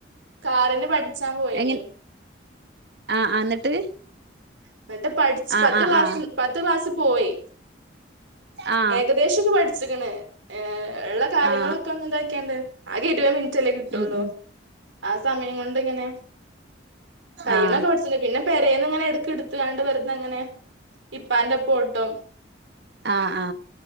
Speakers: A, on the right; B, on the right.
A: കാറിന് പഠിച്ചാ പോയിന്
B: എങ്ങ ആ ആ എന്നിട്ട്
A: എന്നിട്ട് പഠിച്ച്
B: ആ
A: പത്ത്
B: ആ
A: ക്ലാസ്
B: ആ
A: പത്ത് ക്ലാസ്സ് പോയി
B: ആ
A: ഏകദേശം ഒക്കെ പഠിച്ചിക്കണ് ഏ ഉള്ള കാര്യങ്ങളൊക്കെ
B: ആ
A: ഒന്ന് എന്താക്കിയാണ്ട് ആകെ ഇടി <unintelligible> ചാല കിട്ടുള്ളൂ
B: ഉം ഉം
A: ആ സമയം കൊണ്ട് ഇങ്ങനെ കയിണൊക്കെ
B: ആ
A: പഠി പിന്നെ പെരേന്നിങ്ങന ക്കെ എടുത്ത് കണ്ട് വെറതെങ്ങനെ ഇപ്പാന്റെ പോട്ടോ
B: ആ ആ